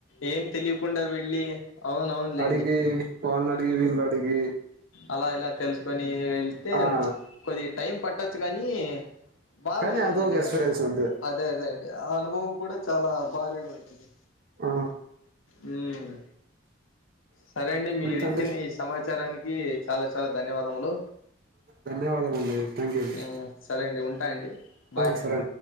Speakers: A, on the left (about 85°); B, on the right (about 45°).
A: ఏం తెలియకుండా వెళ్ళి అవును అవును లే
B: అడిగి వాళ్నడిగి వీళ్నడిగి
A: అలా ఇలా తెల్సుకొని తే
B: ఆ
A: కొద్ది టైం పట్టొచ్చు కానీ బాగుంటుందండి
B: కానీ అదొక ఎక్స్పీరియన్స్ అంతే
A: అదే అదే అండి ఆ అనుభవం కూడా చాలా భారీగా ఉంటుంది
B: ఆ
A: మ్మ్ సరే అండి మీరిచ్చిన
B: అంతే అండి
A: ఈ సమాచారానికి చాలా చాలా ధన్యవాదములు
B: ధన్యవాదాలండి థ్యాంక్ యూ అండి
A: మ్మ్ సరే అండి ఉంటా అండి బాయ్
B: ఆ
A: అండి
B: సరే